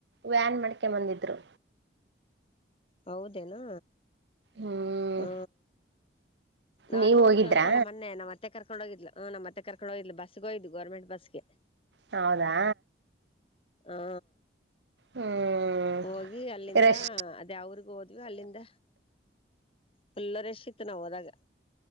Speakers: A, on the right; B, on the left.
A: ವ್ಯಾನ್ ಮಡ್ಕೆ ಬಂದಿದ್ರು.
B: ಹೌದೇನಾ
A: ಹ್ಮ್
B: ಹ್ಮ ನಾನು
A: ನೀವ್
B: ಹೋಗಿದ್ದೆ
A: ಹೋಗಿದ್ರಾ
B: ಒಂದ್ಸಲ ಮೊನ್ನೆ ನಮ್ಮ ಅತ್ತ ಅತ್ತೆ ಕರ್ಕೊಂಡ ಹೋಗಿದ್ಲ ಹ ನಮ್ಮ ಅತ್ತೆ ಕರ್ಕೊಂಡ ಹೋಗಿದ್ಲ ಬಸ್ಗ ಹೋಗ್ದ್ವಿ ಗೋರ್ಮೆಂಟ್ ಬಸ್ಗೆ.
A: ಹೌದಾ.
B: ಹಾ
A: ಹ್ಮ್
B: ಹೋಗಿ ಅಲ್ಲಿಂದ
A: ರಶ್
B: ಅದ್ಯಾವ್ ಊರಿಗೋ ಹೋದ್ವಿ ಅಲ್ಲಿಂದ ಫುಲ್ಲ ರಷ ಇತ್ತು ನಾವ ಹೋದಾಗ.